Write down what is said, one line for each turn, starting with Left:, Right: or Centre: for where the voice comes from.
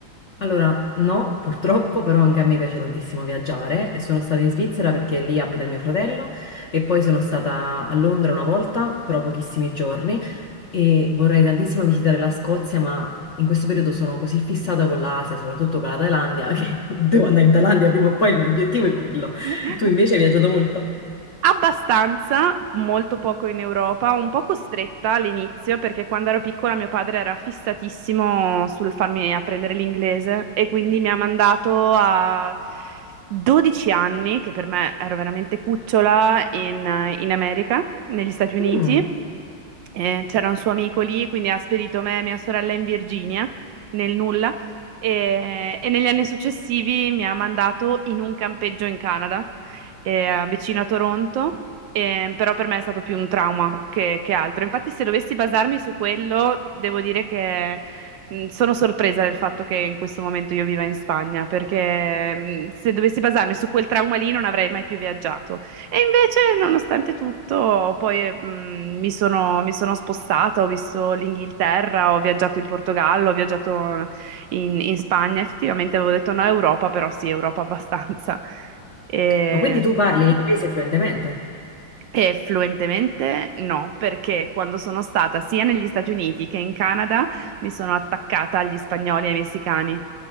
Left: Allora, no, purtroppo, però anche a me piace tantissimo viaggiare e sono stata in Svizzera perché lì abita mio fratello e poi sono stata a Londra una volta, però pochissimi giorni e vorrei tantissimo visitare la Scozia, ma in questo periodo sono così fissata con l'Asia, soprattutto con la Thailandia, <laughs> che devo andare in Thailandia prima o poi, il mio obiettivo è quello.
Right: <laughs>
Left: Tu invece hai viaggiato molto?
Right: Abbastanza, molto poco in Europa, un po' costretta all'inizio perché quando ero piccola mio padre era fissatissimo sul farmi apprendere l'inglese e quindi mi ha mandato a 12 anni, che per me ero veramente cucciola, in, in America, negli Stati Uniti.
Left: Mm,
Right: eh, c'era un suo amico lì, quindi ha spedito me e mia sorella in Virginia, nel nulla, e, e negli anni successivi mi ha mandato in un campeggio in Canada, eh, vicino a Toronto, eh, però per me è stato più un trauma che, che altro. Infatti, se dovessi basarmi su quello, devo dire che... mh, Sono sorpresa del fatto che in questo momento io viva in Spagna, perché mh, se dovessi basarmi su quel trauma lì non avrei mai più viaggiato. E invece, nonostante tutto, poi mh, mi sono, mi sono spostata, ho visto l'Inghilterra, ho viaggiato in Portogallo, ho viaggiato in, in Spagna. Effettivamente avevo detto no, Europa, però sì, Europa abbastanza. E-
Left: Ma quindi tu parli l'inglese fluentemente?
Right: e fluentemente no, perché quando sono stata sia negli Stati Uniti che in Canada mi sono attaccata agli spagnoli e ai messicani